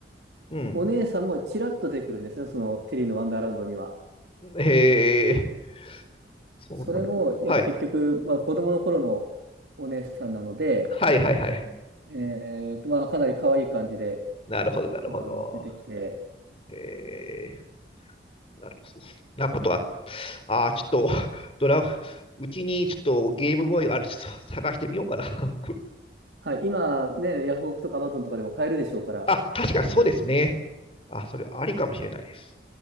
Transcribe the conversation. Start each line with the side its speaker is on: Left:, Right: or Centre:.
Left: うん。
Right: お姉さんもちらっと出てくるんですね、そのテリーのワンダーランドには。
Left: へえ、そうなん。
Right: それも、やっぱ結局、
Left: はい。
Right: まあ子供の頃のお姉さんなので、
Left: はいはいはい。
Right: えーっと、まあかなり可愛い感じで、
Left: なるほど、なるほど。
Right: あの、出てきて、
Left: へえ、なるほど。なことが、ああ、ちょっと、<laughs> ドラ、うちにちょっとゲームボーイがある、ちょっと探してみようかな。<laughs>
Right: はい、今ね、ヤフオクとかアマゾンとかでも買えるでしょうから、
Left: あ、確かにそうですね。あ、それありかもしれないです。